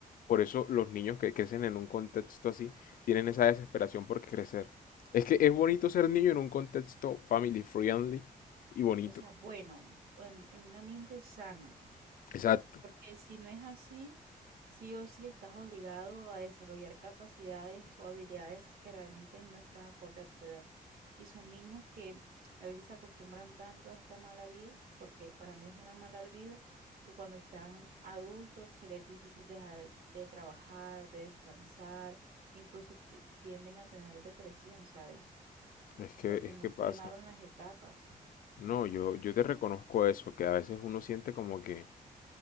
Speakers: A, on the left (about 65°); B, on the right (about 80°).
A: Por eso los niños que crecen en un contexto así tienen esa desesperación por crecer. Es que es bonito ser niño en un contexto family friendly y bonito.
B: O sea, bueno, en en un ambiente sano.
A: Exacto.
B: porque si no es así, sí o sí estás obligado a desarrollar capacidades o habilidades que realmente no están acorde a tu edad. Y son niños que a veces se acostumbran tanto a esta mala vida, porque para mí es una mala vida, que cuando están adultos se les es difícil dejar de trabajar, de descansar, incluso ti- tienden a tener depresión, ¿sabes?
A: Es que,
B: Porque
A: es
B: no
A: que pasa.
B: quemaron las etapas.
A: No, yo, yo te reconozco eso, que a veces uno siente como que